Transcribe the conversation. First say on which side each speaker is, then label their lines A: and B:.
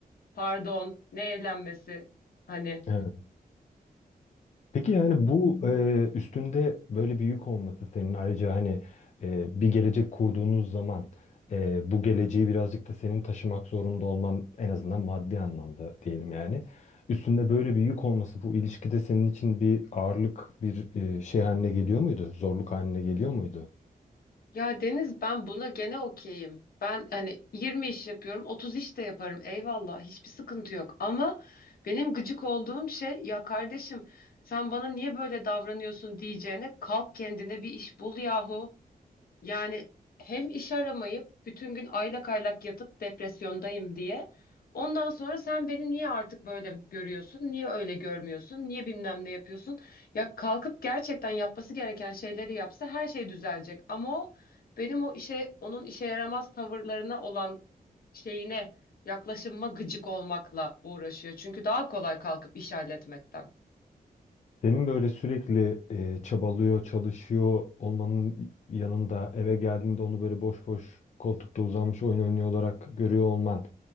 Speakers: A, on the left (about 70°); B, on the left (about 50°).
A: Pardon, ne evlenmesi? Hani
B: Evet. Peki yani bu e, üstünde böyle bir yük olması senin ayrıca hani e, bir gelecek kurduğunuz zaman e, bu geleceği birazcık da senin taşımak zorunda olman en azından maddi anlamda diyelim yani. Üstünde böyle bir yük olması bu ilişkide senin için bir ağırlık bir e, şey haline geliyor muydu? Zorluk haline geliyor muydu?
A: ya Deniz ben buna gene okeyim. Ben hani 20 iş yapıyorum, 30 iş de yaparım. Eyvallah, hiçbir sıkıntı yok. Ama benim gıcık olduğum şey ya kardeşim sen bana niye böyle davranıyorsun diyeceğine kalk kendine bir iş bul yahu. Yani hem iş aramayıp bütün gün aylak aylak yatıp depresyondayım diye. Ondan sonra sen beni niye artık böyle görüyorsun? Niye öyle görmüyorsun? Niye bilmem ne yapıyorsun? Ya kalkıp gerçekten yapması gereken şeyleri yapsa her şey düzelecek. Ama o benim o işe onun işe yaramaz tavırlarına olan şeyine yaklaşımıma gıcık olmakla uğraşıyor. Çünkü daha kolay kalkıp iş halletmekten.
B: Senin böyle sürekli e, çabalıyor, çalışıyor olmanın yanında eve geldiğinde onu böyle boş boş koltukta uzanmış oyun oynuyor olarak görüyor olman